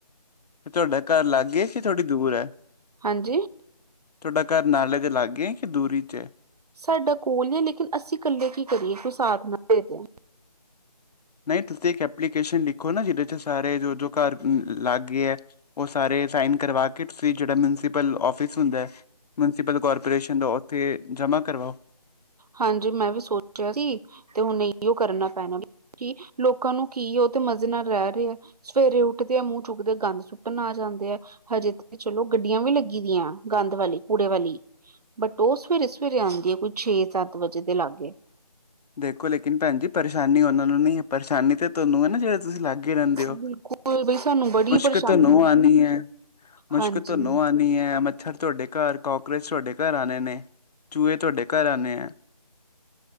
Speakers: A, on the left (about 75°); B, on the right (about 75°).
A: ਤੇ ਤੁਹਾਡਾ ਘਰ ਲਾਗੇ ਕਿ ਥੋੜੀ ਦੂਰ ਹੈ
B: ਹਾਂਜੀ
A: ਤੁਹਾਡਾ ਘਰ ਨਾਲੇ ਦੇ ਲਾਗੇ ਹੈ, ਕਿ ਦੂਰੀ 'ਚ ਹੈ।
B: ਸਾਡੇ ਕੋਲ ਈ ਲੇਕਿਨ ਅਸੀਂ ਕੱਲੇ ਕੀ ਕਰੀਏ ਕੋਈ ਸਾਥ ਨਾ ਦੇ ਤੇ।
A: ਨਹੀਂ ਤੁਸੀਂ ਇੱਕ ਐਪਲੀਕੇਸ਼ਨ ਲਿਖੋ ਨਾ ਜਿਹਦੇ ਚ ਸਾਰੇ ਜੋ ਜੋ ਘਰ ਲਾਗੇ ਹੈ। ਉਹ ਸਾਰੇ ਸਾਈਨ ਕਰਵਾ ਕੇ ਤੁਸੀਂ ਜਿਹੜਾ ਮਿਊਨਸਿਪਲ ਆਫਿਸ ਹੁੰਦਾ ਮਿਊਨਸੀਪਲ ਕਾਰਪੋਰੇਸ਼ਨ ਦਾ ਉੱਥੇ ਜਮ੍ਹਾਂ ਕਰਵਾਓ।
B: ਹਾਂਜੀ ਮੈਂ ਵੀ ਸੋਚਿਆ ਸੀ ਤੇ ਹੁਣ ਇਓ ਕਰਨਾ ਪੈਣਾ। ਕੀ ਲੋਕਾਂ ਨੂੰ ਕੀ ਹੈ, ਉਹ ਤੇ ਮਜ਼ੇ ਨਾਲ ਰਹਿ ਰਹੇ ਹੈ। ਸਵੇਰੇ ਉੱਠਦੇ ਆ ਮੂੰਹ ਚੁੱਕਦੇ ਗੰਦ ਸੁੱਟਣ ਆ ਜਾਂਦੇ ਆ। ਹਜੇ ਤੇ ਚਲੋ- ਗੱਡੀਆਂ ਵੀ ਲੱਗੀ ਦੀਆਂ- ਗੰਦ ਵਾਲੀ, ਕੂੜੇ ਵਾਲੀ। ਬਟ ਉਹ ਸਵੇਰੇ-ਸਵੇਰੇ ਆਉਂਦੀ ਹੈ ਕੋਈ ਛੇ-ਸੱਤ ਵਜੇ ਦੇ ਲਾਗੇ।
A: ਦੇਖੋ ਲੇਕਿਨ ਪੈਣ ਜੀ ਪਰੇਸ਼ਾਨੀ ਉਹਨਾਂ ਨੂੰ ਨਹੀਂ ਆ ਪਰੇਸ਼ਾਨੀ ਤੇ ਤੁਹਾਨੂੰ ਏ ਨਾ ਜਿਹੜੇ ਤੁਸੀਂ ਲਾਗੇ ਹੀ ਰਹਿੰਦੇ ਓ
B: ਬਿਲਕੁਲ ਬਈ ਸਾਨੂੰ ਬੜੀ
A: ਮੁਸ਼ਕ
B: ਪਰੇਸ਼ਾਨੀ
A: ਤੁਹਾਨੂੰ
B: ਆ
A: ਆਣੀ ਐ। ਮੁਸ਼ਕ
B: ਹਾਂਜੀ।
A: ਤੁਹਾਨੂੰ ਆਣੀ ਐ। ਹਰ ਤੁਹਾਡੇ ਘੱਰ ਕਾੱਕਰੋਚ ਤੁਹਾਡੇ ਘਰ ਆਣੇ ਨੇ, ਚੂਹੇ ਤੁਹਾਡੇ ਘੱਰ ਆਣੇ ਆ।